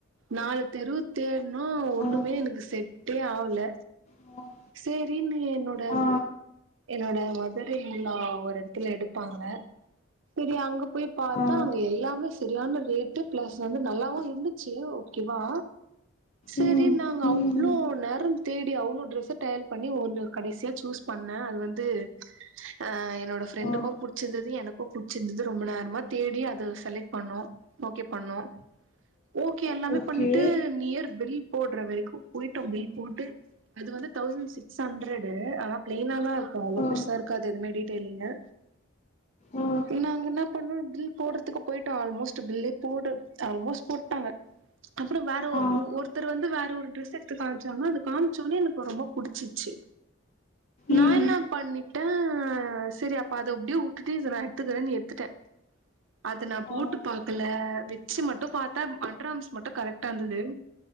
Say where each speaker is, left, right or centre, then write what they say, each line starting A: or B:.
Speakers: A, on the right; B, on the left.
A: நாலு தெருவ தேட்னோ ஒண்ணுமே
B: ஆ,
A: எங்குளுக்கு செட்டே ஆவுல
B: ஆ
A: சேரின்னு என்னோட
B: ஆ,
A: என்னோட மதர் ன் லா வ எடத்துல எடுப்பாங்க செரி அங்க போய் பாத்தா
B: ஆ.
A: அங்க எல்லாமே சரியான ரேட்டு பிளஸ் வந்து நல்லாவு இருந்துச்சு ஓகேவா சேரி
B: ம்,
A: நாங்க
B: ம்,
A: அவ்ளோ
B: ம்.
A: நேரோ தேடி அவ்ளோ ட்ரெஸ ட்ரெயல் பண்ணி ஒண்ணு கடசியா சூஸ் பண்ணே அது வந்து ஆ என்னோட ஃப்ரெண்டுக்கு
B: ஆ.
A: புடிச்சிருந்தது எனக்கோ புடிச்சிருந்தது ரொம்ப நேரமா தேடி அத செலக்ட் பண்ணோ ஓகே பண்ணோ ஓகே எல்லாமே
B: ஓகே.
A: பண்ணிட்டு நியர் பில் போடுற வெரீக்கோ போயிட்டோ பில் போட்டு அது வந்து தௌசண்ட் சிக்ஸ் ஹண்ட்ரடு ஆனா பிளைனாதா இருக்கோ அவ்ளோ
B: ஆ,
A: பெருசா இருக்காது எதுமே டீட்டெயில்லுங்கு
B: ஆ,
A: நாங்க என்னா பண்ணோ பில் போடுறதுக்கு போயிட்டோ ஆல்மோஸ்ட் பில்லே போடு ஆல்மோஸ்ட் போட்டாங்க அப்றோ வேற ஒ
B: ஆ.
A: ஒ ஒருத்தர் வந்து வேற ஒரு ட்ரெஸ்ச எடுத்து காம்ச்சாங்கா அது காம்ச்சோனே எனக்கு ரொம்போ புடிச்சிச்சு நா
B: ம்.
A: என்னா பண்ணி ட்ட செரி அப்ப அத அப்டியே உட்டுட்டு இத நா எத்துக்கிறேன்னு எத்துட்டே அத நா போட்டு
B: ஆ.
A: பாக்குல வெ ச்சு மட்டு பாத்தா அண்டுராம்ஸு மட்டு கரெக்டா இர்ந்தது